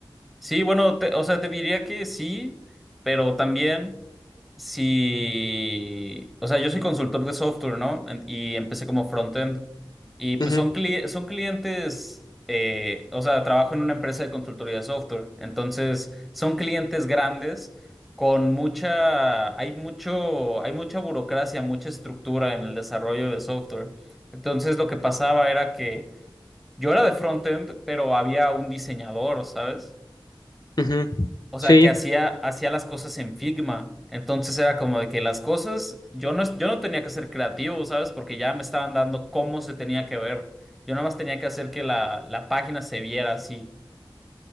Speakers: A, in the centre; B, on the left (about 50°).
A: Sí, bueno, te- o sea, te diría que sí, pero también si, o sea, yo soy consultor de software, ¿no? En- Y empecé como frontend. Y pues
B: Ujú,
A: son, cli- son clientes, eh, o sea, trabajo en una empresa de consultoría de software. Entonces, son clientes grandes con mucha, hay mucho, hay mucha burocracia, mucha estructura en el desarrollo de software. Entonces, lo que pasaba era que yo era de frontend, pero había un diseñador, ¿sabes?
B: ujú.
A: O sea,
B: Sí.
A: que hacía, hacía las cosas en Figma. Entonces era como de que las cosas, yo no, yo no tenía que ser creativo, ¿sabes? Porque ya me estaban dando cómo se tenía que ver. Yo nada más tenía que hacer que la, la página se viera así.